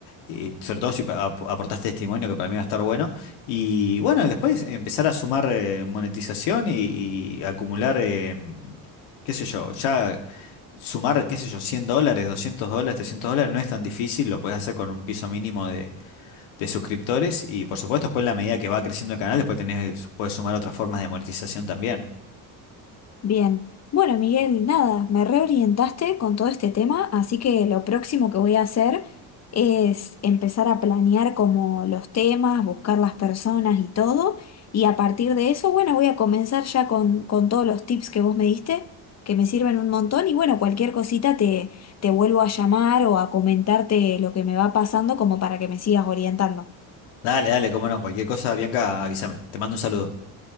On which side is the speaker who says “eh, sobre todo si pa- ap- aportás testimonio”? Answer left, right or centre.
Left